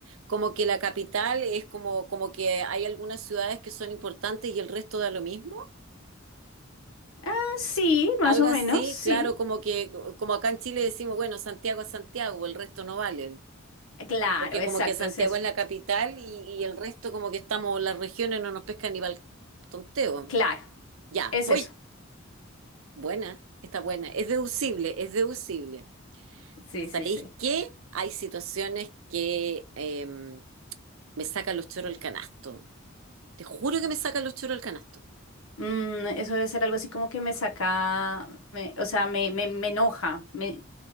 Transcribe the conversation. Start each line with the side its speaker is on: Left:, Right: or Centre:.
Right: como que la capital es como, como que hay algunas ciudades que son importantes y el resto da lo mismo.
Left: Ah, sí, más
Right: Algo
Left: o
Right: así,
Left: menos, sí.
Right: claro, como que, como acá en Chile decimos, bueno, Santiago es Santiago, el resto no valen.
Left: Claro,
Right: Porque
Left: exacto,
Right: como que Santiago
Left: es eso.
Right: es la capital y, y el resto como que estamos, las regiones no nos pescan ni para el tonteo.
Left: Claro,
Right: Ya,
Left: es
Right: voy
Left: eso.
Right: Buena, está buena. Es deducible, es deducible.
Left: Sí,
Right: ¿Sabéis
Left: sí, sí.
Right: qué? Hay situaciones que eh, me sacan los choros el canasto. Te juro que me sacan los choros el canasto.
Left: Mm, eso debe ser algo así como que me saca, me- o sea, me, me, me enoja, me,